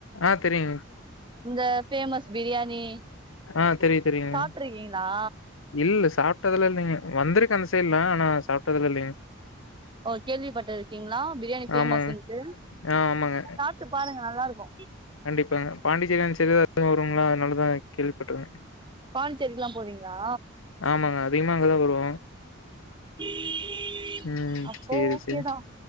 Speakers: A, on the left; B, on the right.
A: ஆ தெரியுங்
B: அங்க ஃபேமஸ் பிரியாணி
A: ஆ தெரியு தெரியுங்க
B: சாப்ட்ருக்கீங்களா
A: இல்ல சாப்ட்டதுலா இல்லைங்க வந்துருக்க அந்த சைட்லா ஆனா சாப்ட்டதுலா இல்லைங்க
B: ஓ கேள்விப்பட்டு இருக்கீங்களா பிரியாணி ஃபேமஸ்ன்ட்டு
A: ஆமாங்க ஆ ஆமாங்க
B: சாப்ட்டு பாருங்க நல்லாருக்கு
A: இப்ப பாண்டிசேரி தா அந்த சைடு <inaudible> வருவாங்லா அதுனால தா கேள்விப்பட்ருக்கங்க
B: பாண்டிசேரிலா போவீங்ளா
A: ஆமாங்க அதிகமா அங்கதா வருவோ
B: உம் <unintelligible>
A: ம்
B: அப்போ
A: சேரி
B: ஓகே
A: சேரி
B: தா